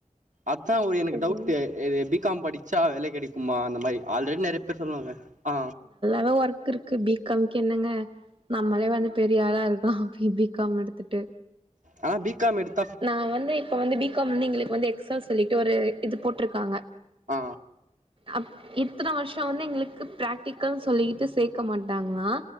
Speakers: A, on the right; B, on the right.
A: அதா ஒ எனக்கு
B: ஓ
A: டவுட் இது பி காம் படிச்சா வேல கெடைக்குமா அந்த மாரி ஆல்ரெடி நெறைய பேர் சொல்வாங்க ஆ
B: எவ்ளோ ஒர்க் இருக்கு பி காம்க்கு என்னங்க நம்மளே வந்து பெரிய ஆளா இருக்கோ பி பி காம் எடுத்துட்டு
A: ஆனா பி காமு எடுத்
B: நான் வந்து இப்ப வந்து பி காம் மு இந்து எங்களுக்கு வந்து எக்ஸால்ஸ் சொல்லிட்டு ஒரு இது போட்டுருக்காங்க
A: ஆ
B: அப் இத்தன வருஷோ வந்து எங்களுக்கு பிராக்டிக்கா சொல்லிட்டு சேக்க மாட் டாங்களா